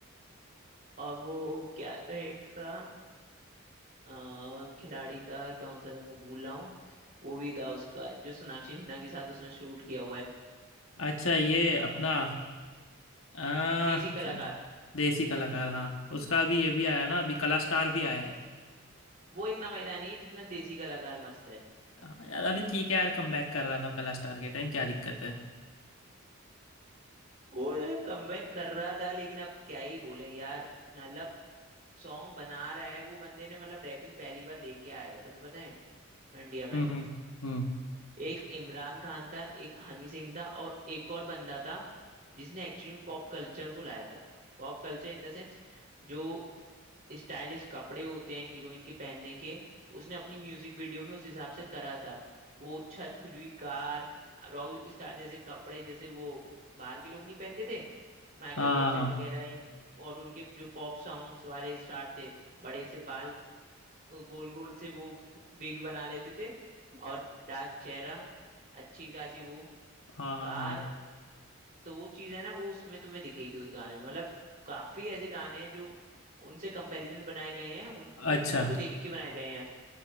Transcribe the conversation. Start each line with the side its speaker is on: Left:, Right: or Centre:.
Right: और वो क्या था एक था अ, खिलाड़ी था कौन सा था मैं भूल रहा हूँ वो भी था उसका जो सोनाक्षी सिन्हा के साथ उसने शूट किया हुआ है
Left: अच्छा ये अपना आ,
Right: देसी कलाकार
Left: सुन देसी कलाकार हाँ उसका अभी ये भी आया ना अभी कला स्टार भी आया है
Right: वो इतना मजेदार नहीं है जितना देसी कलाकार मस्त है
Left: हाँ यार अभी ठीक है यार कम बैक कर रहा था कला स्टार के टाइम क्या दिक्कत है
Right: वो कमबैक कर रहा था लेकिन अब क्या ही बोले यार मतलब सॉन्ग बना रहा है वो बंदे ने मतलब रैपिंग पहली बार लेके आया था तुम्हें पता है इंडिया में
Left: हम्म हम्म हम्म
Right: एक इमरान खान था एक हनी सिंह था और एक और बंदा था जिसने एक्चुअली पॉप कल्चर को लाया था pop culture in the sense जो स्टाइलिश कपड़े होते हैं हीरोइन के पहनने के उसने अपनी म्यूजिक वीडियो में उस हिसाब से करा था वो छत खुली हुई कार रॉक स्टार जैसे कपड़े जैसे वो बाहर के लोग नहीं पहनते थे माइकल
Left: हाँ
Right: जैक्सन
Left: हाँ हाँ
Right: वगैरह इन- और उनके जो पॉप सॉन्ग्स वाले स्टार थे बड़े से बाल गोल गोल से वो विग बना लेते थे और डार्क चेहरा अच्छी खासी वो
Left: हाँ
Right: कार
Left: हाँ हाँ।
Right: तो वो चीज है ना वो उसमें तुम्हें दिखेगी उस गाने में मतलब काफी ऐसे गाने हैं जो उनसे कंपैरिजन बनाए गए हैं उनके
Left: अच्छा
Right: उनको देख के बनाए गए हैं